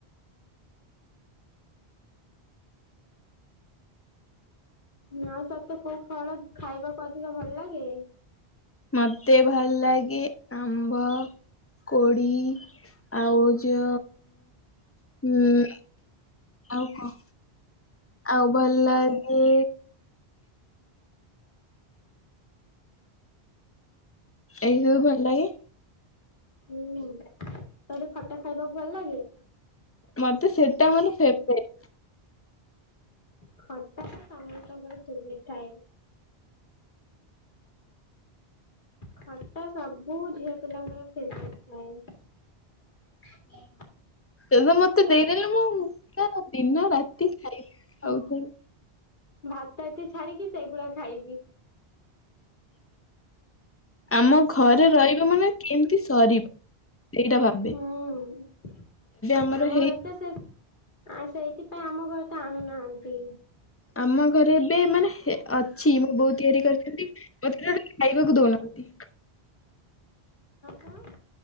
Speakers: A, on the left; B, on the left.
A: ହଁ ତତେ କୋଉ ଫଳ ଖାଇବାକୁ ଅଧିକ ଭଲ ଲାଗେ?
B: ମତେ ଭଲ ଲାଗେ ଆମ୍ବ। କୋଡ଼ି ଆଉ ଯୋ ଉଁ ଆଉ କ ଆଉ ଭଲ ଲାଗେ ଏଇ ସବୁ ଭଲ ଲାଗେ।
A: ହୁଁ ତତେ ଖଟା ଖାଇବାକୁ ଭଲ ଲାଗେ?
B: ମତେ ସେଟା ମାନେ ଫେବ୍ରାଇଟି।
A: ଖଟା ତ ସମସ୍ତଙ୍କର ଫେବ୍ରେଇଟି ଥାଏ। ଖଟା ସବୁ ଝିଅ ପିଲାଙ୍କର ଫେବ୍ରାଇଟି ଥାଏ।
B: ଏଇତ ମତେ ଦେଇଦେଲେ ମୁଁ ଦିନ ରାତି ଖାଇବି ଖାଉଥିଵି।
A: ହୁଁ ଭାତ ଏତେ ଛାଡିକି ସେଗୁଡା ଖାଇବି।
B: ଆମ ଘରେ ରହିବ ମାନେ କେମତି ସରିବ ସେଇଟା ଭାବ
A: ହୁଁ
B: ଆମର
A: ଆମ
B: ହେଇ
A: ଘରେ ତ ସେ ଆ ସେଇଥିପାଇ ଆମ ଘରେ ତ ଆଣୁନାହାନ୍ତି।
B: ଆମ ଘରେ ଏବେ ମାନେ ହେ ଅଛି ମୋ ବୋଉ ତିଆରି କରିଛନ୍ତି। ମୋତେ ଖାଇବାକୁ ଦଉନାହାନ୍ତି।
A: କଁ